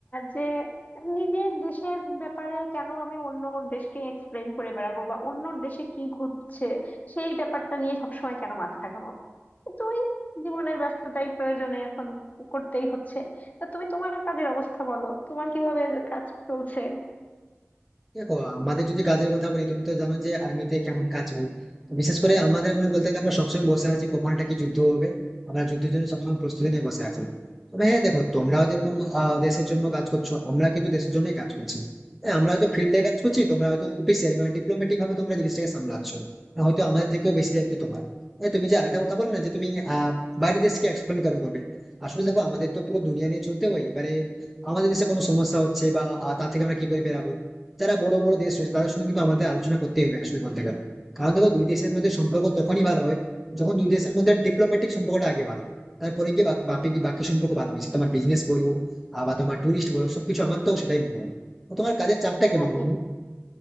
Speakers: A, on the left; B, in the centre.
A: যে নিজের দেশের ব্যাপারে কেন আমি অন্য দেশকে এক্সপ্লেন করে বেড়াবো বা অন্য দেশে কি ঘটছে সেই ব্যাপারটা নিয়ে সবসময় কেন মাথা ঘামাবো কিন্তু ওই জীবনের ব্যস্ততাই প্রয়োজনে এখন করতেই হচ্ছে তা তুমি তোমার কাজের অবস্থা বলো তোমার কিভাবে কাজ চলছে
B: দেখো আমাদের যদি কাজের কথা বলি তুমি তো জানো যে আর্মিতে কেমন কাজ হয় তো বিশেষ করে আমাদের মনে বলতে গেলে আমরা সবসময় বসে আছি কখন একটা কি যুদ্ধ হবে আমরা যুদ্ধের জন্য সবসময় প্রস্তুতি নিয়ে বসে আছি তবে হ্যাঁ দেখো তোমরাও যেরকম আহ, দেশের জন্য কাজ করছো আমরা কিন্তু দেশের জন্যই কাজ করছি হ্যাঁ, আমরা হয়তো ফিল্ডে কাজ করছি তোমরা হয়তো অফিসিয়ালি মানে ডিপ্লোম্যাটিক ভাবে তোমরা জিনিসটাকে সামলাচ্ছ আর হয়তো আমাদের থেকেও বেশি দায়িত্ব তোমার হ্যাঁ, তুমি যে আরেকটা কথা বললে না যে তুমি আহ বাইরের দেশকে এক্সপ্লেন করো করবে আসলে দেখো আমাদের তো পুরো দুনিয়া নিয়ে চলতে হয় এবারে আমাদের দেশে কোনো সমস্যা হচ্ছে বা আহ, তা থেকে আমরা কি করে বেরাবো যারা বড় বড় দেশ রয়েছে তাদের সঙ্গে কিন্তু আমাদের আলোচনা করতে হবে আসলে বলতে গেলে কারণ দেখো দুই দেশের মধ্যে সম্পর্ক তখনই ভালো হয় যখন দুই দেশের মধ্যে ডিপ্লোম্যাটিক সম্পর্কটা আগে ভালো হয় তারপরে গিয়ে বাক- বাকি কি বাকি সম্পর্ক ভালো হয়েছে তোমার বিজনেস বলো আহ, বা তোমার টুরিস্ট বলো সবকিছু আমার তো সেটাই মনে হয় তো তোমার কাজের চাপটা কেমন
A: না
B: বন্ধু?